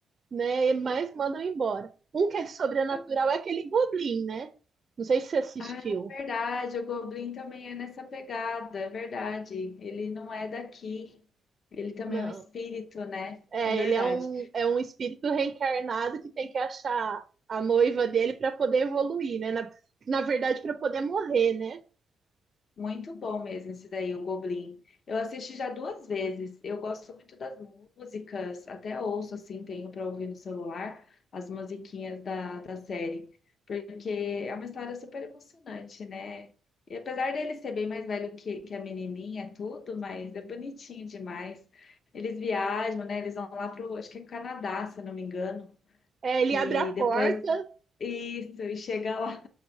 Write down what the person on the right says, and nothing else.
né? Mas mandam embora. Um que é sobrenatural
é aquele Goblin, né? Não sei se você assistiu.
Não.
É,
ele é um, é um espírito reencarnado que tem que achar a noiva dele para poder evoluir, né? Na, na verdade, para poder morrer, né?
É, ele
abre a porta,